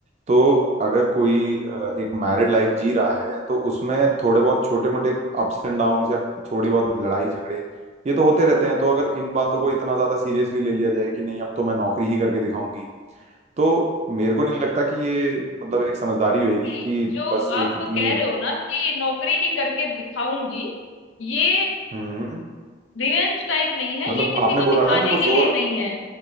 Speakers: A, on the right (about 35°); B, on the left (about 85°).
A: तो अगर कोई अ, एक मैरिड लाइफ जी रहा है तो उसमें थोड़े बहुत छोटे मोटे अप्स एंड डाउन्स या थोड़ी बहुत लड़ाई झगड़े ये तो होते रहते हैं तो अगर इन बातों को इतना ज्यादा सीरियसली ले लिया जाए कि नहीं अब तो मैं नौकरी ही करके दिखाऊंगी तो मेरे को नहीं लगता कि ये मतलब एक समझदारी होगी
B: नहीं,
A: कि
B: जो
A: बस एक
B: आप
A: अपनी
B: कह रहे हो ना कि नौकरी ही करके दिखाऊंगी ये
A: हम्म
B: रिवेंज टाइप नहीं है
A: मतलब
B: ये किसी
A: आपने
B: को
A: बोला
B: दिखाने
A: ना कि वो
B: के
A: जोर
B: लिए नहीं है